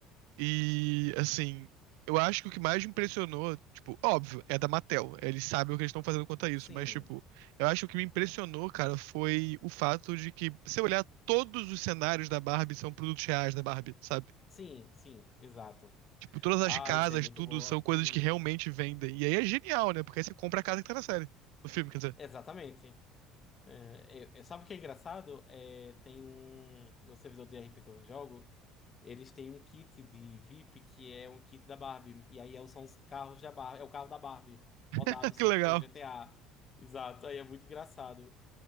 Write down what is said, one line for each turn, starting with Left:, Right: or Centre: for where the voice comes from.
Right: E, assim, eu acho que o que mais me impressionou, tipo, óbvio, é da Mattel. Eles sabem o que eles estão fazendo quanto a
Left: Sim,
Right: isso, mas, tipo, eu acho que o que me impressionou, cara, foi o fato de que, se eu olhar todos os cenários da Barbie, são produtos reais da Barbie, sabe?
Left: sim, sim, exato.
Right: Tipo, todas
Left: Ah,
Right: as casas,
Left: isso é muito
Right: tudo,
Left: boa.
Right: são coisas
Left: Uhum.
Right: que realmente vendem. E aí é genial, né? Porque aí você compra a casa que tá na série, no filme, quer dizer.
Left: Exatamente. É, eu- eu- sabe o que é engraçado? É, tem um. No servidor do RP que eu jogo, eles têm um kit de VIP que é um kit da Barbie. E aí é, são os carros da Barbie. É o carro da Barbie, modado,
Right: <laughs>
Left: só
Right: Que legal.
Left: que pô, GTA. Exato. Aí é muito engraçado.